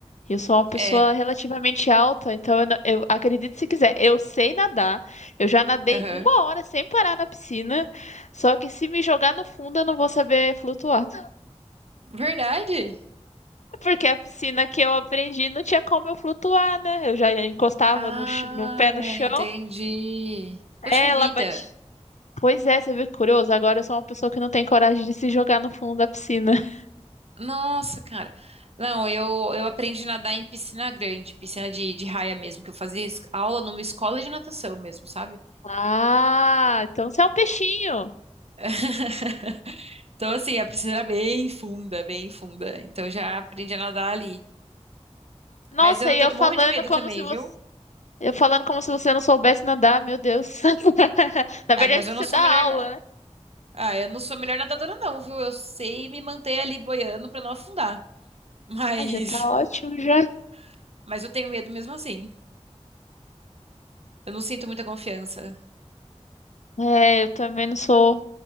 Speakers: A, on the left; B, on the right.
A: eu sou uma pessoa
B: É,
A: relativamente alta, então eu, não- eu acredito se quiser, eu sei nadar. Eu já nadei
B: aham.
A: uma hora sem parar na piscina, só que se me jogar no fundo eu não vou saber flutuar. <laughs>
B: Verdade?
A: Porque a piscina que eu aprendi não tinha como eu flutuar, né? Eu já encostava
B: Ah,
A: no, ch- no pé no
B: é,
A: chão,
B: entendi. Poxa
A: é, ela
B: vida.
A: bate. Pois é, você vê que curioso, agora eu sou uma pessoa que não tem coragem de se jogar no fundo da piscina. <laughs>
B: Nossa, cara. Não, eu, eu aprendi a nadar em piscina grande, piscina de, de raia mesmo, que eu fazia es- aula numa escola de natação mesmo, sabe?
A: Ah, então você é um peixinho.
B: <laughs> Então, assim, a piscina era bem funda, bem funda. Então, eu já aprendi a nadar ali.
A: Nossa,
B: Mas eu
A: e
B: ta-
A: eu
B: morro
A: falando
B: de medo
A: como
B: também,
A: se você
B: viu?
A: Eu falando como se você não soubesse nadar, meu Deus. <laughs> Na
B: Ah,
A: verdade,
B: mas
A: você
B: eu não sou
A: dá
B: a melhor.
A: aula,
B: na-
A: né?
B: Ah, eu não sou a melhor nadadora, não, viu? Eu sei me manter ali boiando pra não afundar. Mas.
A: Ah, já tá ótimo já.
B: <laughs> Mas eu tenho medo mesmo assim. Eu não sinto muita confiança.
A: É, eu também não sou.